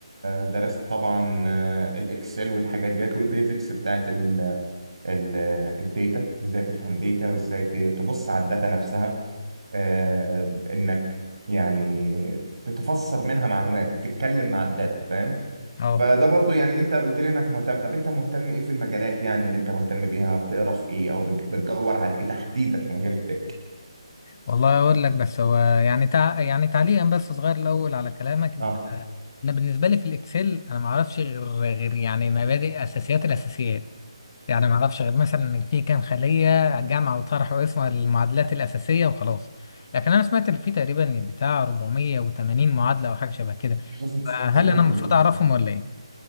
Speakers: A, on the right (about 65°); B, on the left (about 40°).
A: درست طبعا آه، الإكسل والحاجات ديت والبيزكس بتاعت ال... ال- الداتا ازاي تفهم داتا وازاي ت- تبص على الداتا نفسها آه، انك يعني تتفسر منها معلومات تتكلم مع الداتا فاهم
B: أه
A: فده برضو يعني انت قلت لي انك مهتم طب انت مهتم ايه في المجالات يعني اللي انت مهتم بيها بتقرا في ايه او بت- بتدور على ايه تحديدا في مجال التك
B: والله أقول لك بس هو يعني تع... يعني تعليقا بس صغير الأول على كلامك أنت-
A: اه
B: أنا بالنسبة لي في الإكسل أنا ما أعرفش غير غير يعني مبادئ أساسيات الأساسيات يعني ما اعرفش غير مثلا ان في كام خليه جمع وطرح واسم المعادلات الاساسيه وخلاص لكن انا سمعت ان في تقريبا بتاع 480 معادله او حاجه شبه كده
A: مش لازم تستعملهم
B: فهل انا
A: كلهم
B: المفروض اعرفهم ولا ايه